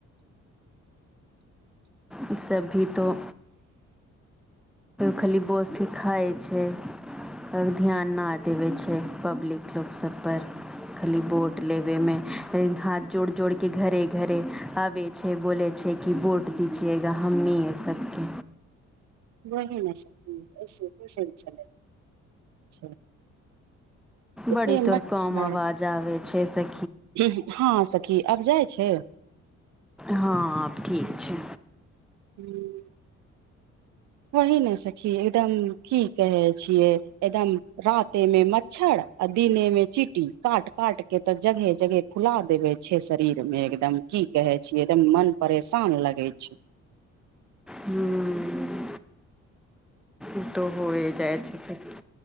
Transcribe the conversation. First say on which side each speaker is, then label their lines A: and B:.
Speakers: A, in the centre; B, on the right.
A: ई सब भी तो खाली बोस्ती खाय छै आओर ध्यान नऽ देवे छै पबलिक लोक सभ पर खली वोट लेबे मे <unintelligible> हाथ जोड़ - जोड़ केँ घरे - घरे आबे छैे बोलै छै कि वोट दीजिएगा हमनीए सबके
B: वही नऽ सखी ऐसे कैसन चलै छै एते
A: बड़ी तोर
B: मच्छर
A: काम आवाज आबै छै स
B: हँ सखी आब जाइ छै
A: हँ आब ठीक छै
B: हुँ वही नऽ सखी एकदम की कहे छियै एकदम राते मे मच्छर आ दिने मे चीटी काट - काट केँ तऽ जगहे - जगहे फुला देवे छै शरीर मे एकदम की कहे छीयै एकदम मन परेशान लगै छै
A: हुँ उ तो होए जाइ छै सखी